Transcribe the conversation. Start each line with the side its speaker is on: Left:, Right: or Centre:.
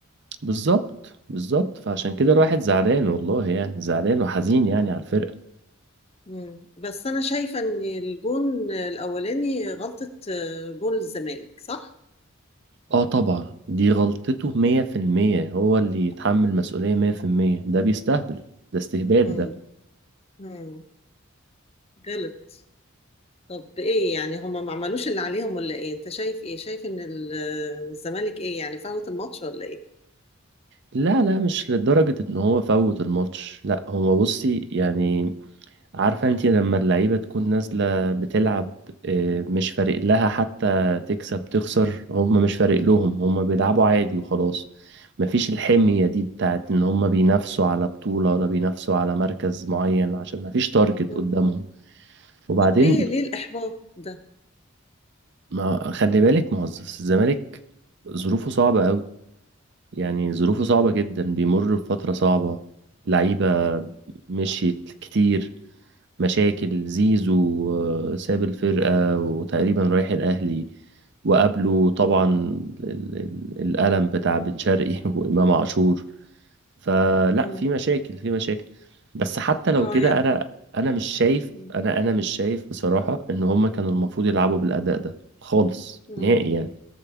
Right: بالظبط بالظبط فعشان كده الواحد زعلان والله يعني زعلان وحزين يعني على الفرقة
Left: مم. بس أنا شايفة إن الجون الأولاني غلطة آه، جون الزمالك صح؟
Right: اه طبعا دي غلطته مية في المية هو اللي يتحمل مسؤولية مية في المية ده بيستهبل ده استهبال
Left: مم.
Right: ده
Left: مم. غلط طب إيه يعني هما ما عملوش اللي عليهم ولا إيه؟ أنت شايف إيه؟ شايف إن ال- آه، الزمالك إيه يعني فوت الماتش ولا إيه؟
Right: لا لا مش لدرجة ان هو فوت الماتش لا هو بصي يعني عارفة انتي لما اللعيبة تكون نازلة بتلعب آه، مش فارق لها حتى تكسب تخسر هم مش فارق لهم هم بيلعبوا عادي وخلاص مفيش الحمية دي بتاعت ان هم بينافسوا على بطولة ولا بينافسوا على مركز معين عشان مفيش تارجت
Left: مم.
Right: قدامهم وبعدين
Left: طب ليه ليه الإحباط ده؟
Right: ما خلي بالك ما هو الزمالك ظروفه صعبة قوي يعني ظروفه صعبة جدا بيمر بفترة صعبة لعيبة مشيت كتير مشاكل زيزو آه، ساب الفرقة وتقريبا رايح الأهلي وقابله طبعا
Left: مم.
Right: ال- ال- الألم بتاع بن شرقي <laughs> وإمام عاشور فلا
Left: مم.
Right: في مشاكل في مشاكل بس حتى لو
Left: اه
Right: كده
Left: يعني
Right: أنا أنا مش شايف
Left: مم.
Right: أنا أنا مش شايف بصراحة إن هما كانوا المفروض يلعبوا بالأداء ده خالص
Left: مم.
Right: نهائي يعني